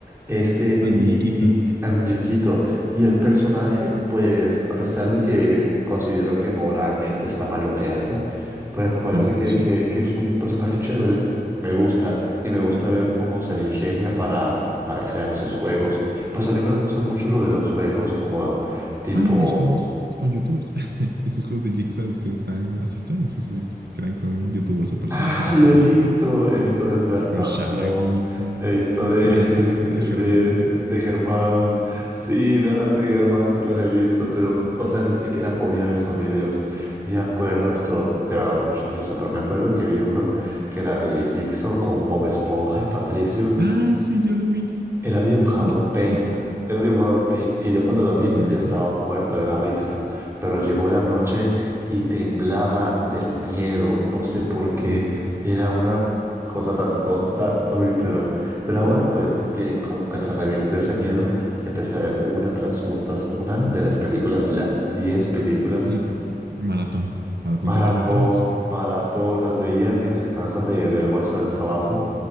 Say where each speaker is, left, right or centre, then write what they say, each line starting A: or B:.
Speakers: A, on the right (about 15°); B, on the right (about 85°).
A: este
B: Al
A: y
B: muñequito.
A: al muñequito. Y el personaje, pues a pesar de que considero que moralmente está mal lo que hace, pues me parece
B: Oh,
A: que,
B: sí.
A: que, que es un personaje chévere, me gusta y me gusta ver cómo se le ingenia para, para crear esos juegos. Pues a mí me gusta mucho lo de los juegos como tipo
B: Ah, los juegos estos con youtubers. <laughs> Esos juegos de Jigsaws que están, ¿has visto? No sé si has visto que crean con youtubers o personajes
A: Ah,
B: de
A: lo
B: series.
A: he visto. He visto de Fernanfloo.
B: con Shaggy, con
A: He visto
B: de
A: de,
B: Fernán
A: <laughs> de,
B: de Germán.
A: de Germán. Sí, de Hola soy Germán, sí los he visto, pero, o sea, ni siquiera podía ver esos videos. Me acuerdo, esto te va a dar mucha risa, pero me acuerdo que vi uno que era de Jigsaw con Bob Esponja y Patricio.
B: Ah, sí, yo lo vi, <laughs>
A: Era dibujado
B: yo lo
A: en Paint.
B: vi.
A: Era dibujado en Paint. Y yo cuando lo vi
B: Ay,
A: ya estaba
B: no.
A: muerto de la risa. Pero llegó la noche y temblaba del miedo. No sé por qué.
B: Ok.
A: Era una cosa tan tonta. Uy, pero, pero ahora pues que como que se revirtió ese miedo, empecé a ver una tras una tras una de las películas, las 10 películas.
B: Y maratón, maratón
A: Maratón,
B: total de todas.
A: maratón. Las veía en mis descansos de, de almuerzo del trabajo.